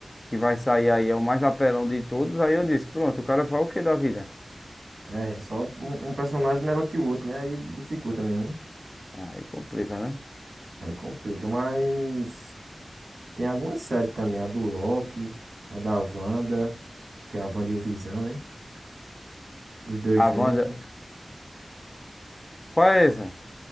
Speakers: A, on the left (about 30°); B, on the right (about 80°).
A: que vai sair aí é o mais apelão de todos, aí eu disse, pronto, o cara fala o que da vida?
B: É, só um, um personagem melhor que o outro, né? Aí dificulta mesmo, né?
A: Aí complica, né?
B: Aí complica, mas. Tem algumas séries também, a do Loki, a da Wanda, que é a Wanda e o Visão, né? Os dois
A: A
B: juntos.
A: Wanda, qual é essa?